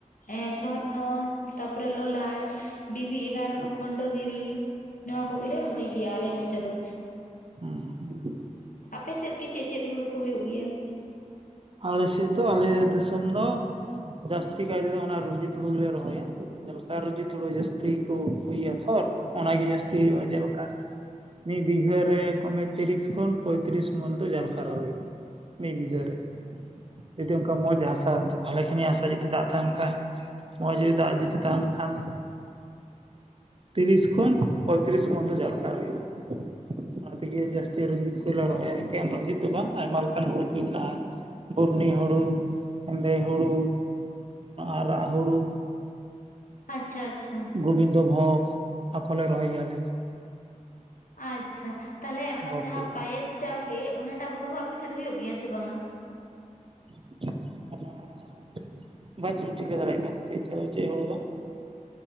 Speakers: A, on the left (about 85°); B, on the right (about 45°).
A: ᱮᱸ ᱥᱚᱨᱱᱚ ᱛᱟᱯᱚᱨᱮ ᱞᱚᱞᱟᱴ, ᱵᱤᱵᱤ ᱮᱜᱟᱨᱚ,
B: ᱦᱩᱸ
A: ᱠᱷᱚᱱᱰᱚ ᱜᱤᱨᱤ ᱱᱚᱣᱟ ᱠᱚᱜᱮᱞᱮ ᱨᱚᱦᱚᱭ ᱜᱮᱭᱟ, ᱟᱞᱮ ᱱᱚᱛᱮ ᱫᱚ᱾
B: ᱦᱩᱸ ᱦᱩᱸ᱾
A: ᱟᱯᱮ ᱥᱮᱫ ᱜᱮ ᱪᱮᱫ ᱪᱮᱫ ᱦᱩᱲᱩ ᱠᱚ ᱦᱩᱭᱩᱜ ᱜᱮᱛᱟ?
B: ᱟᱞᱮ ᱥᱮᱫ ᱫᱚ ᱟᱞᱮ ᱫᱤᱥᱚᱢ ᱫᱚ ᱡᱟᱹᱥ ᱛᱤ ᱠᱟᱭ ᱛᱮᱫᱚ ᱚᱱᱟ ᱨᱩᱡᱤᱛ ᱦᱩᱲᱩ ᱜᱮᱞᱮ ᱨᱚᱦᱚᱭᱟ᱾ ᱡᱮᱞᱮᱠᱟ ᱨᱩᱡᱤᱛ ᱦᱩᱲᱩ ᱡᱟᱹᱥᱛᱤ ᱠᱚ ᱦᱩᱭᱩᱜᱼᱟ, ᱛᱷᱚᱨ ᱚᱱᱟ ᱜᱮ ᱡᱟᱹᱥᱛᱤ ᱦᱩᱭᱩᱜᱼᱟ, ᱡᱮᱞᱮᱠᱟ ᱢᱤᱫ ᱵᱤᱜᱷᱟᱹᱨ ᱨᱮ ᱠᱚᱢᱮ ᱛᱤᱨᱤᱥ ᱠᱷᱚᱱ ᱯᱚᱭᱛᱨᱤᱥ ᱢᱚᱱᱫᱚ ᱡᱟᱦᱟ ᱞᱮᱠᱟᱨᱮ ᱦᱩᱭᱩᱜᱼᱟ, ᱢᱤᱫ ᱵᱤᱜᱷᱟᱹᱨ ᱨᱮ ᱡᱩᱫᱤ ᱚᱱᱠᱟ ᱢᱚᱡᱽ ᱦᱟᱥᱟ ᱵᱷᱟᱞᱮ ᱠᱷᱟᱱᱤ ᱦᱟᱥᱟ ᱡᱩᱫᱤ ᱫᱟᱜ ᱛᱟᱦᱮᱱ ᱠᱷᱟᱱ ᱱᱚᱣᱟ ᱡᱩᱫᱤ ᱫᱟᱜ ᱡᱩᱫᱤ ᱛᱟᱦᱮᱱ ᱠᱷᱟᱱ ᱛᱤᱨᱤᱥ ᱠᱷᱚᱱ ᱯᱚᱸᱭᱛᱨᱤᱥ ᱢᱚᱫᱫᱷᱮ ᱡᱟᱦᱟᱸ ᱞᱮᱠᱟ ᱦᱩᱭᱩᱜᱼᱟ᱾ ᱚᱱᱟ ᱛᱮᱜᱮ ᱡᱟᱹᱥᱛᱤ ᱨᱚᱡᱤᱛ ᱠᱚᱞᱮ ᱨᱚᱦᱚᱭᱟ ᱮᱠᱮᱱ ᱨᱚᱡᱤᱛ ᱫᱚ ᱵᱟᱝ ᱟᱭᱢᱟ ᱞᱮᱠᱟᱱ ᱦᱩᱲᱩ ᱜᱮ ᱢᱮᱱᱟᱜᱼᱟ᱾ ᱵᱩᱨᱱᱤ ᱦᱩᱲᱩ, ᱦᱮᱸᱫᱮ ᱦᱩᱲᱩ, ᱟᱨᱟᱜ ᱦᱩᱲᱩ,
A: ᱟᱪᱪᱷᱟ ᱟᱪᱪᱷᱟ᱾
B: ᱜᱳᱵᱤᱱᱫᱚ ᱵᱷᱳᱜᱽ ᱚᱱᱟ ᱠᱚᱞᱮ ᱨᱚᱦᱚᱭ ᱜᱮᱭᱟ ᱟᱞᱮ,
A: ᱟᱪᱪᱷᱟ᱾ ᱛᱟᱞᱦᱮ ᱚᱱᱟ
B: ᱵᱷᱳᱜᱽ
A: ᱡᱟᱦᱟᱸ
B: ᱦᱩᱲᱩ
A: ᱯᱟᱭᱮᱥ ᱪᱟᱣᱞᱮ ᱚᱱᱟᱴᱟᱜ ᱦᱩᱲᱩ ᱦᱚᱸ ᱟᱯᱮ ᱥᱮᱫ ᱦᱩᱭᱩᱜ ᱜᱮᱭᱟ ᱥᱮ ᱵᱟᱝᱟ?
B: <inaudible> ᱵᱟᱪᱚᱧ ᱴᱷᱤᱠᱟᱹ ᱫᱟᱲᱮᱭᱟᱜ ᱠᱟᱱ ᱪᱮᱫ ᱪᱮᱫ ᱦᱩᱲᱩ ᱪᱮᱫ ᱦᱩᱲᱩ ᱫᱚ?